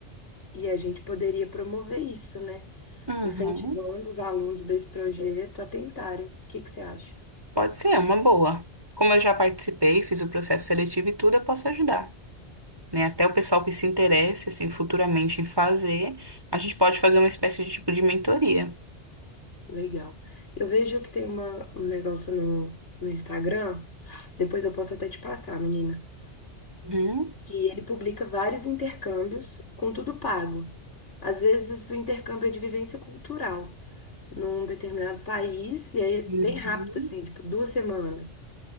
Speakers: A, on the left; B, on the right.
A: E a gente poderia promover isso, né?
B: Uhum.
A: Incentivando os alunos desse projeto a tentarem. O que que você acha?
B: Pode ser, uma boa. Como eu já participei, fiz o processo seletivo e tudo, eu posso ajudar. Né? Até o pessoal que se interesse, assim, futuramente em fazer, a gente pode fazer uma espécie de tipo de mentoria.
A: Legal. Eu vejo que tem uma, um negócio no, no Instagram, depois eu posso até te passar, menina,
B: Uhum.
A: que ele publica vários intercâmbios com tudo pago. Às vezes o intercâmbio é de vivência cultural num determinado país, e aí
B: Uhum.
A: é bem rápido, assim, tipo duas semanas.